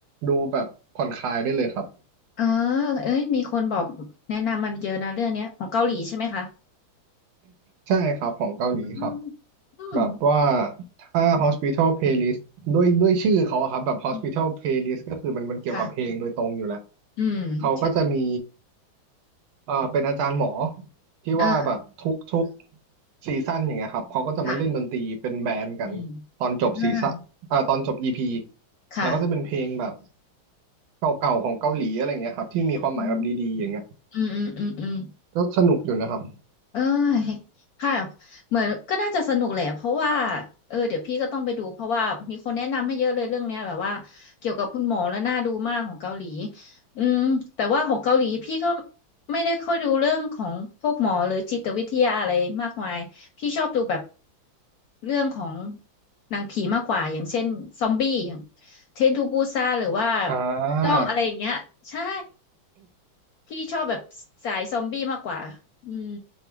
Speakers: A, on the right; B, on the left.
A: ดูแบบผ่อนคลายได้เลยครับ
B: เออเอ้ยมีคนบอกแนะนำมันเยอะนะเรื่องเนี้ยของเกาหลีใช่ไหมคะ
A: ใช่ครับของเกาหลีครับ
B: อืมอืม
A: แบบว่าถ้า Hospital Playlist ด้วยด้วยชื่อเขาอะครับแบบ Hospital
B: อืม
A: Playlist ก็คือมันมันเกี่ยวกับเพลงโดยตรงอยู่แล้ว
B: ค่ะอืมใช่
A: เขาก็จะมีเอ่อเป็นอาจารย์หมอที่ว่าแบบทุกทุก
B: อ่า
A: ซีซั่นอย่างเงี้ยครับเขาก็จะมาเล่นดนตรีเป็นแบนด์กันตอนจบซีซั่นอ่าตอนจบ
B: ค่ะอืมอ่า
A: EP
B: ค่ะ
A: แล้วก็จะเป็นเพลงแบบเก่าๆของเกาหลีอะไรอย่างเงี้ยครับที่มีความหมายแบบดีๆอย่างเงี้ย
B: อืมอืมอืมอืมอืม
A: ก็สนุกอยู่นะครับ
B: เอ้ยค่ะเหมือนก็น่าจะสนุกแหละเพราะว่าเออเดี๋ยวพี่ก็ต้องไปดูเพราะว่ามีคนแนะนำให้เยอะเลยเรื่องเนี้ยแบบว่าเกี่ยวกับคุณหมอแล้วน่าดูมากของเกาหลีอืมแต่ว่าของเกาหลีพี่ก็ไม่ได้ค่อยดูเรื่องของพวกหมอหรือจิตวิทยาอะไรมากมายพี่ชอบดูแบบเรื่องของหนังผีมากกว่าอย่างเช่นซอมบี้อย่างเทรนทูบูซานหรือว่า
A: อ่า
B: ด้อมอะไรอย่างเงี้ยใช่ พี่ชอบแบบสายซอมบี้มากกว่าอืม